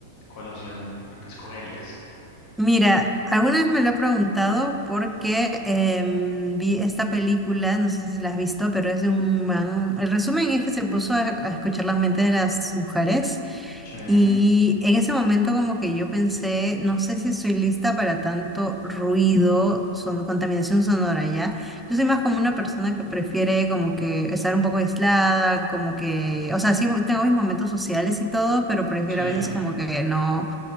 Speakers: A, on the left; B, in the centre.
A: cuál opción escogerías?
B: Mira, alguna vez me lo he preguntado porque em, vi esta película, no sé si la has visto, pero es de un man. El resumen es que se puso a, a escuchar las mentes de las mujeres
A: Sí,
B: y en ese momento como que yo pensé, no sé si estoy lista para tanto ruido, son, contaminación sonora ya. Yo soy más como una persona que prefiere como que estar un poco aislada, como que, o sea, sí tengo mis momentos sociales y todo, pero prefiero
A: sí.
B: a veces como que no